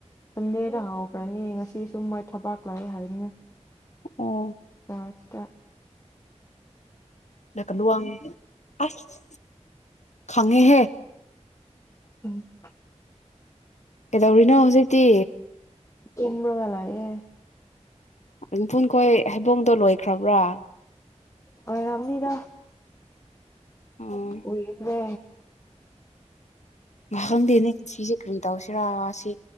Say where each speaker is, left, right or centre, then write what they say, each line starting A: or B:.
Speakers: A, on the left (about 25°); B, on the left (about 70°).
A: ꯁꯟꯗꯦꯗ ꯍꯥꯎꯈ꯭ꯔꯅꯤ ꯉꯁꯤ ꯁꯨꯝ ꯃꯣꯏ ꯊꯕꯥꯛ ꯥꯏ ꯍꯥꯏꯔꯤꯅꯦ
B: ꯑꯣ
A: ꯑꯁꯇ
B: ꯅ ꯀꯂꯨꯋꯥꯡ ꯑꯁ ꯈꯪꯉꯤꯍꯦ
A: ꯎꯝ
B: ꯀꯩꯗꯧꯔꯤꯅꯣ ꯍꯧꯖꯤꯛꯇꯤ
A: ꯇꯨꯝ꯭ꯔꯣꯒꯂꯌꯦꯦ
B: ꯑꯗꯨ ꯄꯨ ꯑꯩꯈꯣꯏ ꯍꯩꯕꯣꯡꯗꯣ ꯂꯣꯏꯈ꯭ꯔꯕ꯭ꯔꯥ
A: ꯑꯣꯏꯔꯝꯅꯤꯗ
B: ꯎꯝ
A: ꯎꯏꯈ꯭ꯔꯦ
B: ꯈꯪꯗꯦꯅꯦ ꯁꯤꯁꯦ ꯀꯔꯤ ꯇꯧꯁꯤꯔꯥ ꯁꯤ